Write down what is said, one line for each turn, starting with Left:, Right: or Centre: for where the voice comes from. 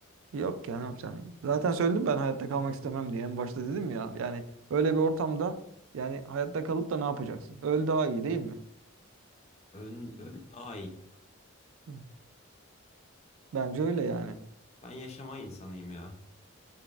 Right: Yok ya ne yapacaksın? Zaten söyledim ben hayatta kalmak istemem diye. En başta dedim ya. Yani öyle bir ortamda yani hayatta kalıp da ne yapacaksın? Öl daha iyi değil mi?
Left: Ön, ön daha iyi. Ya ben
Right: Hı.
Left: bilmiyorum.
Right: Bence öyle yani.
Left: Ben yaşama insanıyım ya.